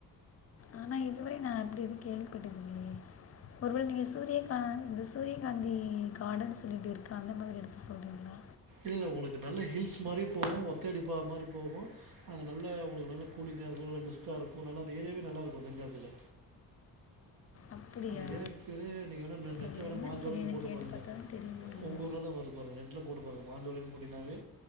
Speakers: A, on the left; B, on the right.
A: ஆனா இதுவரை நா அப்டி எது கேள்விப்பட்டதுல்லையே ஒருவேளை நீங்க சூரியகா இந்த சூரியகாந்தி கார்டன் சொல்லிட்டு இருக்க அந்த மாரி எடத்த சொல்றீங்களா
B: இல்ல உங்களுக்கு நல்ல ஹில்ஸ் மாரியே போவு ஒத்த அடி ப மாரி போவு‌ அது நல்ல உங்களுக்கு நல்ல கூலிங்க இருக்கு நல்லா மிஸ்ட்டா இருக்கு நல்லா அந்த ஏரியாவே நல்லா இருக்கு தெங்காசில
A: அப்படியா
B: அந்த ஏறியாகு பேரு நீங்க வேணா நெட்ல
A: அது
B: வேணா
A: என்னன்னு
B: மாஞ்சோளைன்னு
A: தெரியல
B: போட்டு
A: கேட்டு
B: பாருகலே
A: பார்த்தா தான் தெரியுமா என்னவோ.
B: உங்க ஊர்லதா வரூ பாருக நெட்ல போட்டு பாருங்க மாஞ்சோளைனு போட்டிங்னாவே